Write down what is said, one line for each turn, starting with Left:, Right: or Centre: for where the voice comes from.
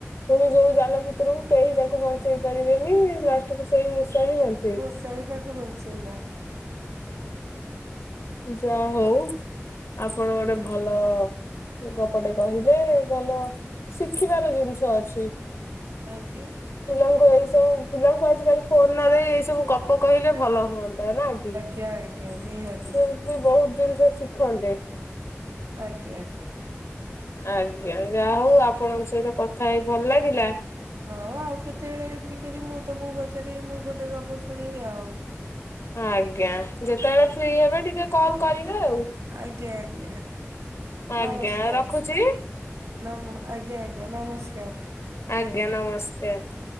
Left: ପୁଣି ଯୋଉ ଜାଲ ଭିତରକୁ, କେହି ତାକୁ ବଞ୍ଚେଇ ପାରିବେନି। ଲାଷ୍ଟକୁ ସେଇ ମୂଷା ହିଁ ବଞ୍ଚେଇ
Right: ମୂଷା ବି ତାକୁ ବଞ୍ଚେଇଲା।
Left: ଯାହା ହଉଲ ଆପଣ ଗୋଟେ ଭଲ ଗପ ଟେ କହିଲେ। ଭଲ ଶିଖିବାର ଜିନିଷ ଅଛି।
Right: ଆଜ୍ଞା।
Left: ପିଲାଙ୍କୁ ଏଇ ସବୁ, ପିଲାଙ୍କୁ ଆଜିିକାଲି ଫୋନ ନ ଦେଇ, ଏଇ ସବୁ ଗପ କହିଲେ ଭଲ ହୁଅନ୍ତା। ନା କି?
Right: ଆଜ୍ଞା ଆଜ୍ଞା। ନିହାତି।
Left: ସେ ବି ବହୁତ ଜିନିଷ ଶିଖନ୍ତେ।
Right: ଆଜ୍ଞା।
Left: ଆଜ୍ଞା। ଯାହା ହଉ, ଆପଣଙ୍କ ସହିତ କଥା ହେଇ ଭଲ ଲାଗିଲା।
Right: ହଉ, ଆଉ କେତେବେଳେ ଏମତି କରି ମୁଁ ତମକୁ ପଚାରିବି। ମୁଁ ଗୋଟେ ଗପ ଶୁଣିବି ଆଉ।
Left: ଆଜ୍ଞା। ଯେତେବେଳେ ଫ୍ରି ହେବେ, ଟିକେ କଲ୍ କରିବେ ଆଉ।
Right: ଆଜ୍ଞା ଆଜ୍ଞା।
Left: ଆଜ୍ଞା
Right: ନମସ୍କାର।
Left: ରଖୁଛି
Right: ନମ ଆଜ୍ଞା ଆଜ୍ଞା। ନମସ୍କାର।
Left: ଆଜ୍ଞା। ନମସ୍କାର।